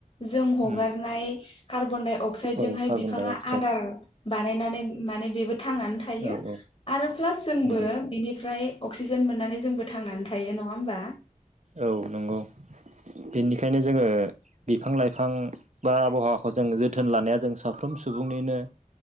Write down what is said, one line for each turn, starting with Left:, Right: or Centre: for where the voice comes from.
Left: जों हगारनाय
Right: उम
Left: कार्बन डाइ अक्साइदजोंहाय
Right: औ कार्बन
Left: बिफाङा
Right: डाइ अक्साइड
Left: आदार बानायनानै माने बेबो थांनानै थायो
Right: औ औ
Left: आरो प्लास जोंबो
Right: उम
Left: बिनिफ्राय अक्सिजेन मोननानै जोंबो थांनानै थायो नङा होमबा?
Right: औ नंगौ बेनिखायनो जोङो बिफां लाइफां बा आबहावाखौ जों जोथोन लानाया जों साफ्रोम सुबुंनिनो